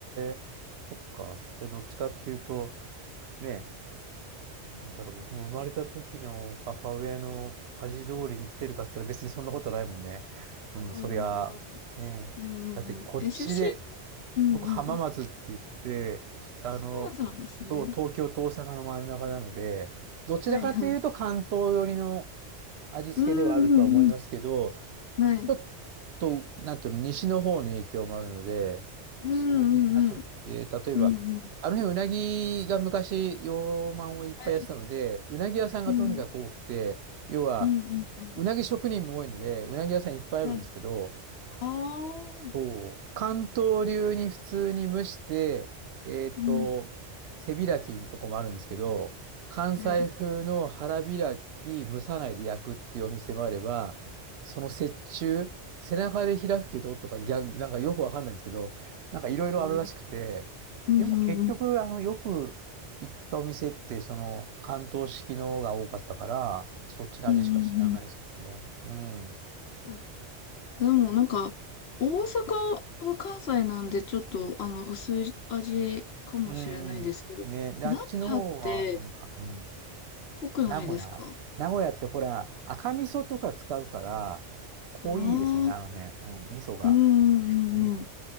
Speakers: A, on the right (about 65°); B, on the left (about 65°).
A: え。そっか。で、どっちかっていうと、ねどうだろう。僕も生まれた時の母親の味通りに来てるかって言ったら別にそんなことないもんね。うん、
B: うん。
A: そりゃ、
B: うん
A: ねえ。
B: うんうん。
A: だってこっちで、
B: え、出身、うんうん。
A: 僕浜松って言って、あの、
B: 浜松なんですね。
A: と東京と大阪の真ん中なので、どちらかというと関東寄りの
B: はいはい。
A: 味付けではあるとは思いますけど、
B: うんうんうん。はい。
A: ちょっと、なんていうの、西の方の影響もあるので、
B: うんうんうん。
A: その辺がちょっと、で、例えば、
B: うんうん。
A: あの辺、うなぎが昔、養鰻をいっぱいやってたので、
B: はい。
A: うなぎ屋さんがとにかく多くて、
B: うん
A: 要は、
B: うんうんうん。
A: うなぎ職人も多いので、うなぎ屋さんいっぱいあるんですけど、
B: はい。ああ。
A: そう。関東流に普通に蒸して、えっと、
B: うん。
A: 背開きのとこもあるんですけど、関西風の腹開き、
B: はい。
A: 蒸さないで焼くっていうお店もあれば、その折衷、背中で開くけどとか、逆、なんかよくわかんないんですけど、なんかいろいろあるらしくて、
B: うんうんうん。うんうんうん。
A: でも結局、あの、よく行ったお店って、その、関東式のが多かったから、そっちの味しか知らないですけどね。
B: うんうん
A: うん。
B: うん。でもなんか、大阪は関西なんでちょっと、あの、薄い味かもしれないですけど、
A: うん。ね、で、
B: 名古屋って
A: あっちの方は、うん、か、うん。
B: 濃くないですか
A: 名古屋。名古屋ってほら、赤味噌とか使うから、濃いですよね、
B: ああー、
A: あの辺。うん、味噌が。
B: うんうんうん
A: うん。